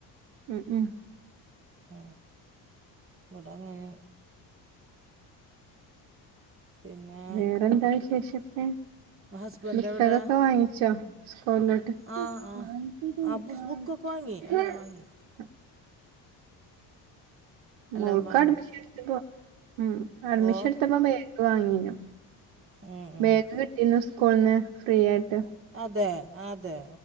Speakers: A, on the right (about 75°); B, on the right (about 25°).
A: ഉം ഉം
B: ഉ ഇവിട അങ്ങനെ. പിന്നെ
A: വേറെന്താ വിശേഷക്കെ
B: ഹസ്ബൻഡ്
A: പുസ്തകൊക്കെ
B: എവിടെയാ
A: വാങ്ങിച്ചോ സ്കൂളിന്ന്.
B: ആ ആ
A: വാങ്ങട്ടിട്ടക്ക
B: ആ ബുക്കൊക്കെ
A: <unintelligible>
B: വാങ്ങി എല്ലാം വാങ്ങി എല്ലാം
A: മോക്ക്
B: വാങ്ങി
A: അഡ്മിഷൻ എടുത്തപ്പോ ഉ അഡ്മിഷൻ
B: ഓ
A: എടുത്തപ്പോ ബേഗി വാങ്ങീനു.
B: ഉം ഉം
A: ബേഗ് കിട്ടിരുന്നു സ്കൂളന്ന് ഫ്രീയട്ട്.
B: അതെ അതെ